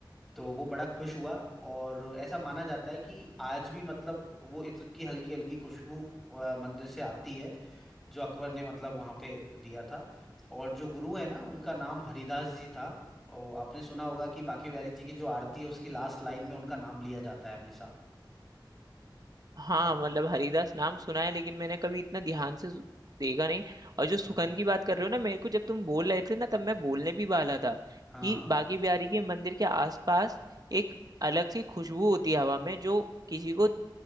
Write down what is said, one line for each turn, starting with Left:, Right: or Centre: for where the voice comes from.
Centre: तो वो बड़ा खुश हुआ और ऐसा माना जाता है कि आज भी मतलब वो इत्र की हल्की हल्की खुशबू अ, मंदिर से आती है जो अकबर ने मतलब वहां पे दिया था और जो गुरु है ना उनका नाम हरिदास जी था और आपने सुना होगा कि बांके बिहारी जी की जो आरती है उसकी लास्ट लाइन में उनका नाम लिया जाता है हमेशा
Right: हाँ मतलब हरिदास नाम सुना है लेकिन मैंने कभी इतना ध्यान से सु- देखा नहीं और जो सुगंध
Centre: हाँ
Right: की बात कर रहे हो ना मेरे को जब तुम बोल रहे थे ना तब मैं बोलने भी वाला था
Centre: हाँ
Right: कि
Centre: हाँ
Right: बाकी बिहारी के मंदिर के आसपास एक अलग सी खुशबू होती है हवा में जो किसी को